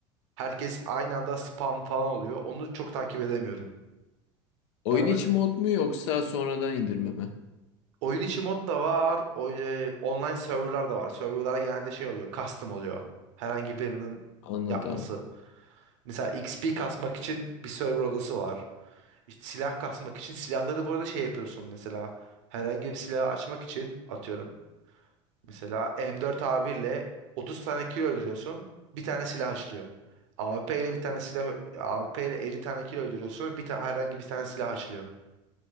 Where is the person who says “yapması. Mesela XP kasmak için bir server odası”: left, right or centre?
Right